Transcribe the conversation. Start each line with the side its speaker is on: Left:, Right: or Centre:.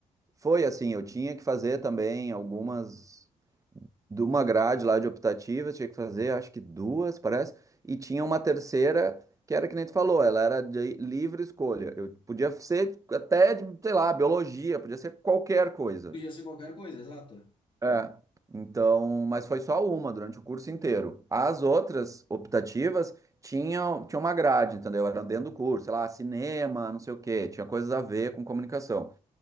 Right: foi assim, eu tinha que fazer também algumas de uma grade lá de optativas, tinha que fazer, acho que duas, parece, e tinha uma terceira que era que nem tu falou, ela era de livre escolha. Eu podia ser até, de, sei lá, biologia, podia ser qualquer coisa.
Left: podia ser qualquer coisa, exato.
Right: É. Então, mas foi só uma durante o curso inteiro. As outras optativas tinham, tinham uma grade, entendeu? Era dentro do curso, sei lá, cinema, não sei o quê, tinha coisas a ver com comunicação.